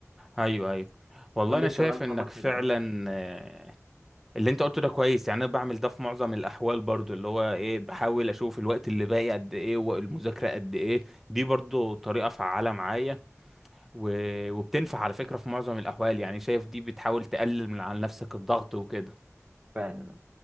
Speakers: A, in the centre; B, on the right (about 20°).
A: ايوه ايوه والله
B: قول
A: انا
B: لي انت
A: شايف
B: بقى نظامك
A: انك فعلا
B: كده اه
A: آه، اللي انت قلته ده كويس يعني انا بعمل ده في معظم الاحوال برضو اللي هو ايه بحاول اشوف الوقت اللي باقي قد ايه والمذاكره قد ايه دي برضو طريقه فعاله معايا و... وبتنفع على فكره في معظم الاحوال يعني شايف دي بتحاول تقلل من على نفسك الضغط وكده
B: فعلا